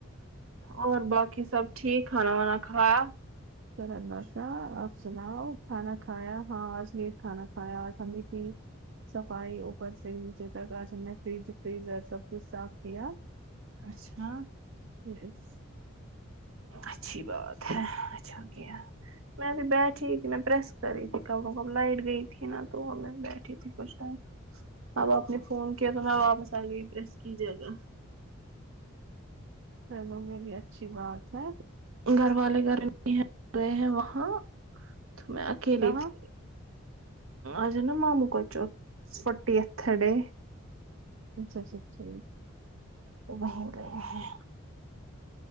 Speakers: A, on the right; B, on the right.
A: اور باقی سب ٹھیک کھانا وا کھایا
B: چر باشاہ آپ سناؤ کھانا کھایا ہاں آج لیٹ کھانا کھایا آج ہم نے صفائی اوپر سے نیچے تک آج ہم نے فریج فریزر سب کچھ صاف کیا
A: اچھا
B: یس
A: اچھی بات ہے اچھا کیا میں ابھی بیٹھی تھی میں پریس کر رہی تھی کبوں کب لائٹ گئی تھی نا تو میں بیٹھی تھی کچھ ٹائم اب آپ نے فون کیا تو میں واپس آ گئی پریس کی جگا
B: چلوں یہ بھی اچھی بات ہے
A: گھر والے گھر نہیں ہیں گئے ہیں وہاں تو میں کے
B: کہاں
A: لے تھی اج نا معموکچو فٹی ایت ڈے
B: اچھا اچھا تھیک
A: وہ وہیں گئے ہیں